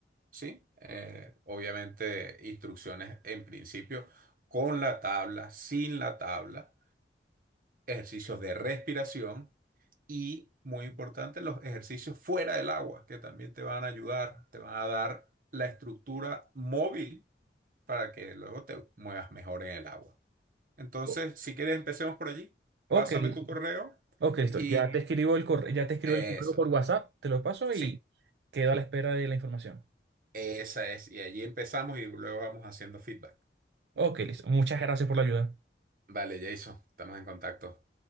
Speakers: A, on the right; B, on the right.
A: ¿sí? Eh, obviamente, instrucciones en principio con la tabla, sin la tabla ejercicios de respiración y, muy importante, los ejercicios fuera del agua, que también te van a ayudar, te van a dar la estructura móvil para que luego te muevas mejor en el agua. Entonces,
B: O-
A: si quieres, empecemos por allí.
B: Ok,
A: Pásame
B: listo.
A: tu correo
B: ok, listo.
A: y
B: Ya te escribo el correo, ya te escribo
A: eso,
B: el correo por WhatsApp, te lo paso
A: sí,
B: y quedo a la espera de la información.
A: esa es. Y allí empezamos y luego vamos haciendo feedback.
B: Ok, listo. Muchas gracias por la ayuda.
A: Vale, Jason, estamos en contacto.